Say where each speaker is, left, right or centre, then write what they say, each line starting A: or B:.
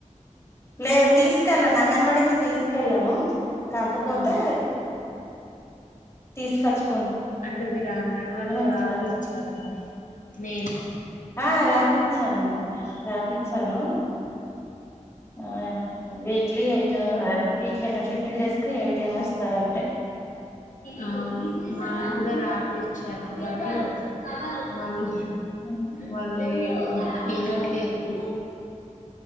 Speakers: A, on the left (about 20°); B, on the left (about 80°).
A: లేదు తీసుకెళ్ళను అంగన్వాడికి తీసుకెళ్ళలను కాకపోతే
B: ఆ
A: తీసుకొచ్చి
B: అంటే మీరు ఆ అంగన్వాడిలో
A: ఇస్తారు
B: రాపిచ్చారా అని నేం
A: ఆ రాపిచ్చాను రాపిచ్చాను ఆ వీక్లీ ఎయిట్ వీక్లీ అంట ఫిఫ్టీన్ డేస్ కి ఎయిట్ ఏమో ఇస్తారు అంతే
B: అ మా మాది కూడా రాపిచ్చాను గానీ వాళ్ళు
A: అవునా
B: వాళ్ళే హ్మ్ ఇవ్వట్లేదు